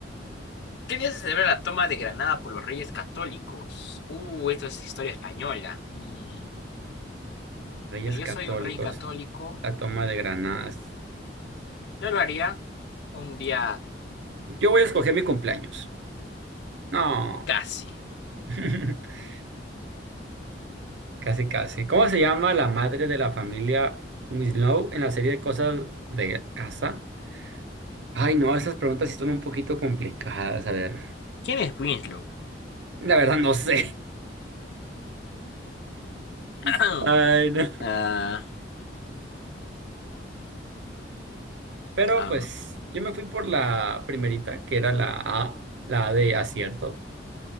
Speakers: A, on the left; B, on the right.
A: ¿Qué día se celebra la toma de Granada por los reyes católicos? Uh, esto es historia española. Mm,
B: Reyes
A: mira, yo
B: Católicos,
A: soy un rey católico.
B: la toma de Granadas.
A: Yo lo haría un día
B: Yo voy a escoger mi cumpleaños. No,
A: casi.
B: <laughs> casi casi. ¿Cómo se llama la madre de la familia Winslow en la serie de cosas de casa? Ay, no, esas preguntas sí son un poquito complicadas. A ver,
A: ¿Quién es Winslow?
B: la verdad no sé.
A: <clears throat>
B: <laughs> Ay, no.
A: Ah,
B: Pero
A: am,
B: pues yo me fui por la primerita, que era la A, la A de acierto.